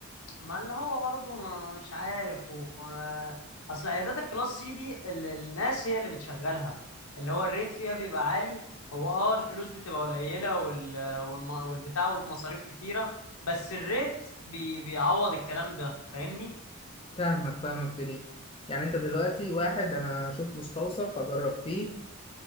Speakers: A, on the left; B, on the left.
A: ما اللي هو برضه ما- مش عارف و... اصل عيادات الكلاس سي دي ال- الناس هي اللي بتشغلها اللي هو الريت فيها بيبقى عالي هو اه الفلوس بتبقى قليلة وال... والم... والبتاع والمصاريف كتيرة بس الريت بي... بيعوض الكلام ده فاهمني
B: فاهمك فاهمك في دي يعني انت دلوقتي واحد انا اشوف مستوصف اجرب فيه